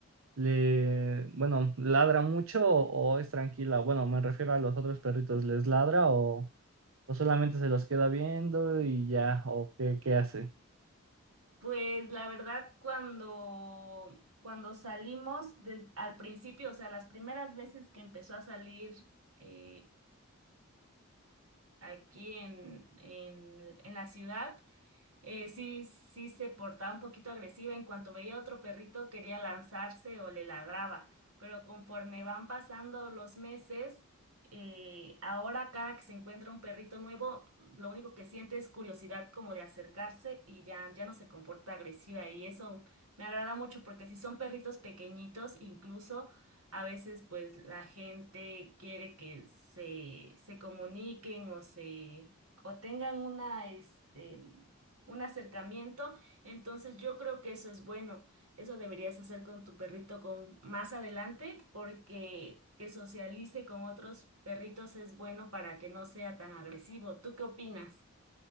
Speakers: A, on the right (about 65°); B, on the right (about 80°).
A: le, bueno, ladra mucho o, o es tranquila. Bueno, me refiero a los otros perritos, ¿les ladra o... o solamente se los queda viendo y ya, o qué, qué hace.
B: Pues la verdad, cuando, cuando salimos des- al principio, o sea, las primeras veces que empezó a salir eh, aquí en, en, en la ciudad, eh, sí, sí se portaba un poquito agresiva. En cuanto veía a otro perrito, quería lanzarse o le ladraba. Pero conforme van pasando los meses, eh, ahora cada que se encuentra un perrito nuevo, lo único que siente es curiosidad como de acercarse y ya, ya no se comporta agresiva. Y eso me agrada mucho porque si son perritos pequeñitos, incluso a veces pues la gente quiere que se, se comuniquen o se o tengan una, este, un acercamiento. Entonces yo creo que eso es bueno. Eso deberías hacer con tu perrito con más adelante porque que socialice con otros perritos es bueno para que no sea tan agresivo. ¿Tú qué opinas?